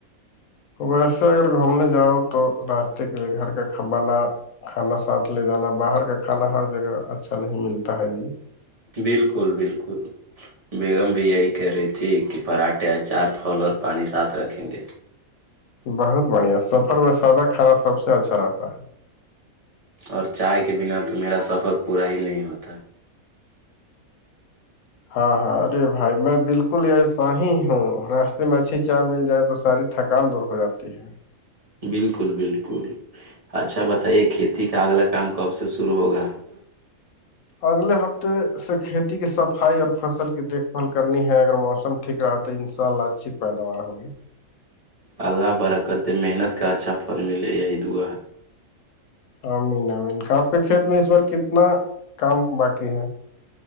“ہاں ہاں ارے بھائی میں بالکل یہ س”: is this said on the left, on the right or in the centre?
Left